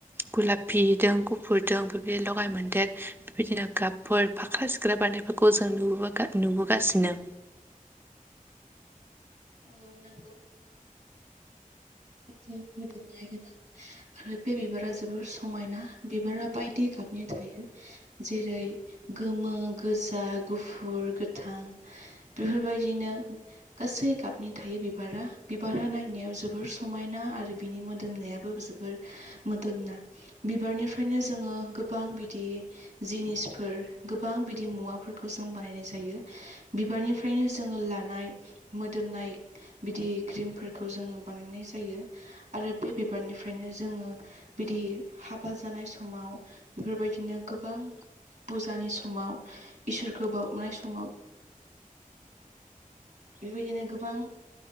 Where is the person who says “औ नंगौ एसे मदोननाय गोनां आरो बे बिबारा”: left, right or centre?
Right